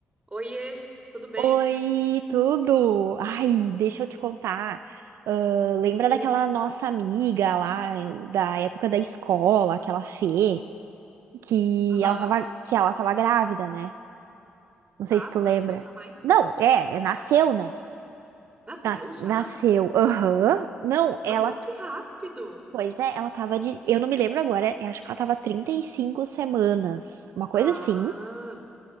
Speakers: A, on the right; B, on the right.
A: Oiê, tudo bem?
B: Oi, tudo? Ai, deixa eu te contar. Ah, lembra
A: Que?
B: daquela nossa amiga lá da época da escola, aquela Fê, que
A: Aham,
B: ela tava, que ela tava grávida, né? Não
A: tava,
B: sei se tu lembra.
A: não tá mais.
B: Não, é, é, nasceu, né?
A: Nasceu
B: Nas-
A: já?
B: nasceu. Aham. Não, ela.
A: Nossa, mas que rápido!
B: Pois é, ela tava de. Eu não me lembro agora, eu acho que ela tava 35 semanas, uma coisa
A: Ah,
B: assim.